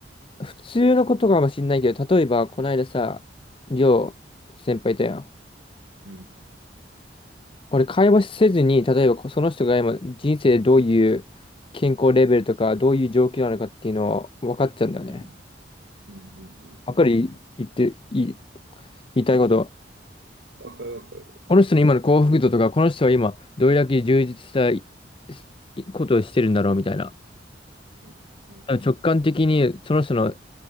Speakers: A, on the left (about 30°); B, on the right (about 65°).
A: 普通のことかもしんないけど、例えばこの間さ、りょう先輩いたやん。
B: う。うん。
A: 俺、会話せずに、例えばその人が今人生でどういう健康レベルとか、どういう状況なのかっていうのは分かっちゃうんだよね。
B: うん。うん。うん。うん。うんうん
A: わかる言って、いい、言いたいこと。
B: わかるわかる。
A: この人の今の幸福度とか、この人は今どれだけ充実したいいことをしてるんだろうみたいな。
B: うん。うん。
A: 直感的にその人の